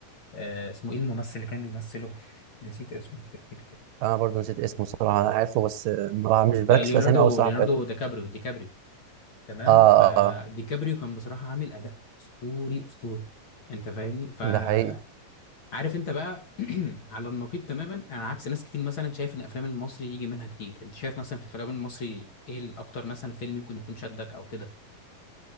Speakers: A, on the left (about 45°); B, on the right (about 80°).
A: آه، اسمه ايه الممثل اللي كان بيمثله نسيت اسمه يخرب بيت كده
B: انا برضه نسيت اسمه صراحه انا عارفه بس آه، ما بع- مش بركز
A: آه، ليوناردو
B: في اسامي قوي صراحه
A: ليوناردو
B: بتاعتهم
A: ديكابريو ديكابريو تمام
B: اه اه
A: فديكابريو
B: آه،
A: كان بصراحة عامل أداء أسطوري أسطوري أنت فاهمني فعارف
B: ده حقيقي
A: أنت بقى <clears throat> على النقيض تماما أنا عكس ناس كتير مثلا شايف إن أفلام المصري يجي منها كتير أنت شايف مثلا في أفلام المصري إيه الأكتر مثلا فيلم يكون يكون شدك أو كده